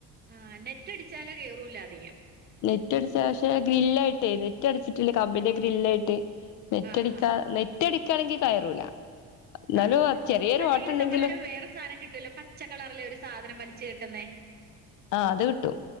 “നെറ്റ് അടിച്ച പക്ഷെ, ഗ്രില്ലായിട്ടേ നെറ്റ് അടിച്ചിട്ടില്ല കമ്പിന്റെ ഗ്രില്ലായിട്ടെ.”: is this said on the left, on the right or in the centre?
Left